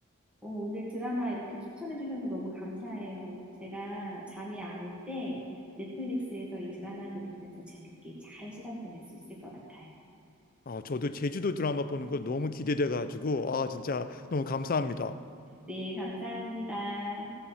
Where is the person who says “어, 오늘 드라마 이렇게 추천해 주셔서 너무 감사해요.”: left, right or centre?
Centre